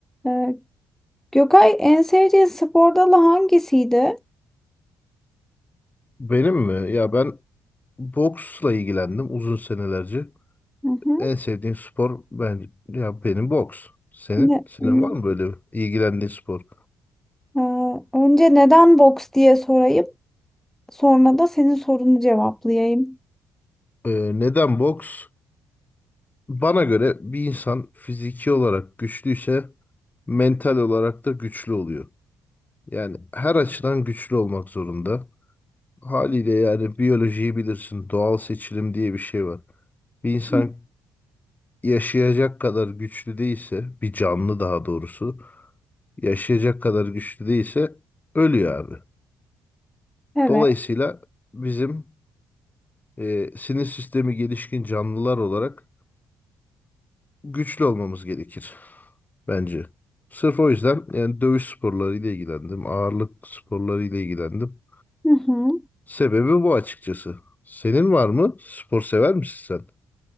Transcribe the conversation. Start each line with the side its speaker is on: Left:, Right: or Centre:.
Centre: Ee, Gökay en sevdiğin spor dalı hangisiydi?
Left: Benim mi? Ya ben boksla ilgilendim uzun senelerce.
Centre: Hı hı.
Left: En sevdiğim spor ben ya benim boks. Senin?
Centre: Ne,
Left: Senin
Centre: ne-
Left: var mı böyle ilgilendiğin spor?
Centre: Ee, önce neden boks diye sorayım, sonra da senin sorunu cevaplayayım.
Left: Ee, neden boks? Bana göre bir insan fiziki olarak güçlüyse mental olarak da güçlü oluyor. Yani her açıdan güçlü olmak zorunda. Haliyle yani biyolojiyi bilirsin. Doğal seçilim diye bir şey var. Bir insan
Centre: Hı.
Left: yaşayacak kadar güçlü değilse, bir canlı daha doğrusu yaşayacak kadar güçlü değilse ölüyor abi.
Centre: Evet.
Left: Dolayısıyla bizim e, sinir sistemi gelişkin canlılar olarak güçlü olmamız gerekir bence. Sırf o yüzden yani dövüş sporlarıyla ilgilendim, ağırlık sporlarıyla ilgilendim.
Centre: Hı hı.
Left: Sebebi bu açıkçası. Senin var mı? Spor sever misin sen?